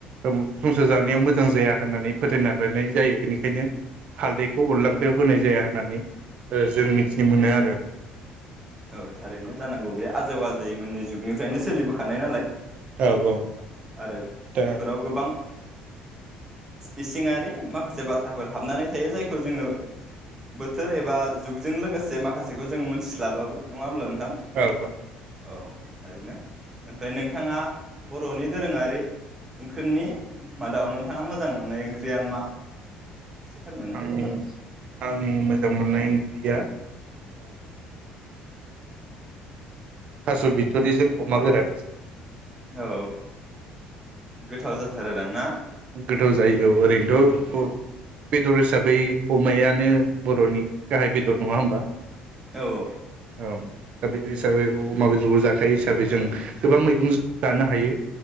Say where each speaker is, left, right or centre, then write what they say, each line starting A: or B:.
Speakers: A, on the right; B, on the right.
A: संसार जानायाव मोजां जाया होननानै फोथायना लायनाय जायो बेनिखायनो हालदैखौ अनला ओंख्रैयाव होनाय जाया होननानै जों मिथिनो मोनो आरो
B: औ थारैनो जानांगौ बे आजौ आजैैमोननि जुगनिफ्रायनो सोलिबोखानाय नालाय
A: औ औ
B: आरो
A: दा
B: बेफोराव गोबां इसिङारि माखासे बाथ्राफोर हाबनानै थायो जायखौ जोङो बोथोर एबा जुगजों लोगोसे माखासेखौ जोङो मोनथिस्लाबाबो नङा होमब्ला नोंथां
A: औ
B: औ थारैनो ओमफ्राय नोंथाङा बर'नि दोरोङारि ओंख्रिनि मादाव नोंथाङा मोजां मोननाय ओंख्रिया मा एसे फोरमायनो
A: आंनि
B: हागोन नामा
A: आंनि मोजां मोननाय ओंख्रिया थास' बिथरिजों अमा गोरान
B: औ गोथाव जाथारोदां ना
A: गोथाव जायो औ ओरैनोथ' बेदर हिसाबै अमायानो बर'नि गाहाय बेदर नङा होमबा
B: औ औ
A: औ दा बे हिसाबै अमा बेदरखौ जाखायो हिसाबै जों गोबां मैगंजों जानो हायो